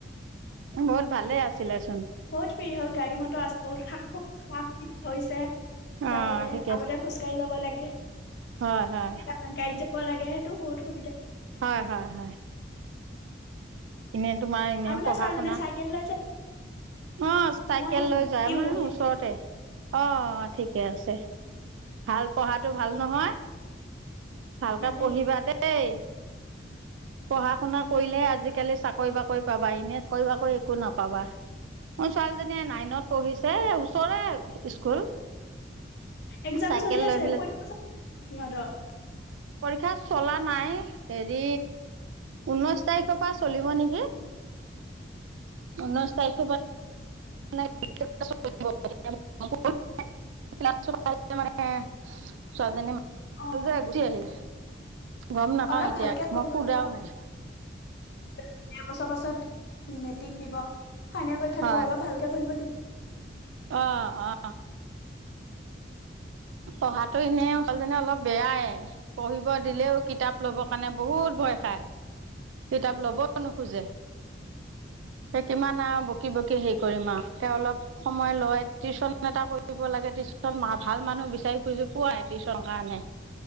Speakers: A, on the right; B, on the left.
A: বহুত ভালে আছিলে। চোন
B: বহুত ফ্ৰী হল গাড়ী মটৰ আছে বহুত খা খুৱাক হৈছে
A: অ
B: যাবলে
A: ঠিকে
B: আগতে
A: আছে।
B: খোজ কঢ়ি যাব লাগে। এতিয়া
A: হয় হয়
B: গাড়ী কব লাগে সেইটো বহুত সুবিধা।
A: হয় হয় হয়। এনে তোমাৰ এনে
B: আপোনাৰ
A: পঢ়া
B: ছোৱালীজনীয়ে
A: শুনা?
B: চাইকেল লৈছে
A: অ চাইকেল
B: মই
A: লৈ যায়
B: পিয়ো
A: আমাৰ
B: বহি আছো।
A: ওচৰতে। অ ঠিকে আছে। ভাল পঢ়াটো ভাল নহয়। ভালকে
B: ভালে
A: পঢ়িবা দেই। পঢ়া শুনা কৰিলেহে
B: উম,
A: আজিকালি চাকৰি কৰিবা কৰিবা বাৰিনেচ কৰিবা কৈ একো নাপাবা মোৰ ছোৱালীজনী নাইনত পঢ়িছে ওচৰে স্কুল
B: একজাম
A: চাইকেল
B: চলি
A: লৈ
B: আছে
A: পেলাই
B: পৰীক্ষা চলি আছে সিহঁতৰ
A: ক্ষাত চলা নাই হেৰি ঊনৈশ তাৰিখৰ পৰা চলিব নেকি ঊনৈশ তাৰিখৰ পৰা <unintelligible> মানে, ছোৱালীজনী
B: অ',
A: <unintelligible> গম নাপাও
B: অলপ
A: এতিয়া
B: ভালকে পঢ়িব
A: মই সোধাও
B: দিব
A: নাই
B: এবছৰ পাছত মেট্ৰিক দিব। ফাইনেল পৰীক্ষা
A: হয়
B: দিব অলপ ভালকে পঢ়িব দি
A: অ' অ' পঢ়াটো এনেও, ছোৱালীজনী অলপ বেয়াই, পঢ়িব দিলেও কিতাপ লব কাৰণে বহুত ভয় খায়। কিতাপ লবও নোখোজে। হে কিমান আৰু বকি বকি হেৰি কৰিম আৱ হে অলপ সময় লয়। টিউচন এটা কৰিব লাগে টিউচন ভাল মানুহ বিচাৰি ফুৰিছো পুৱাই টিউচন কাৰণে।